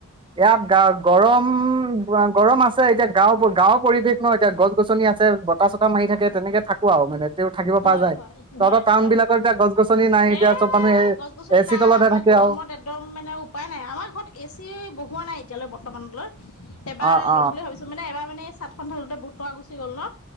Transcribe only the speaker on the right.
ইয়াত গা-গৰম গৱা গৰম আছে। ছে এতিয়া গাঁও প গাঁওৰ পৰিৱেশ ন এতিয়া গছ-গছনি আছে, বতাহ-চতাহ মাৰি থাকে তেনেকে থাকোঁ আউ মানে তেওঁ থাকিব
পৰা যায়।
তহঁতৰ
টাউন
বিলাকত এতিয়া গছ গছনি নাই
এতিয়া চব মানুহে
এ চি
তলতহে
থাকে
আৰু।
অ অ